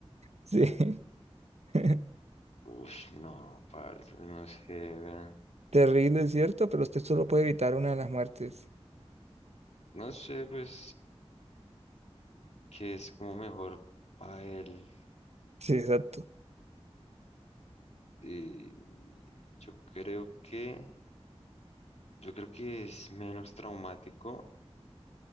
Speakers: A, on the right; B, on the left.
A: Sí. <laughs>
B: Uf, no, parce, pues no sé, weón.
A: Terrible, es ¿cierto? Pero usted solo puede evitar una de las muertes.
B: No sé, pues, que es como mejor para él.
A: Sí, exacto.
B: Y yo creo que, yo creo que es menos traumático.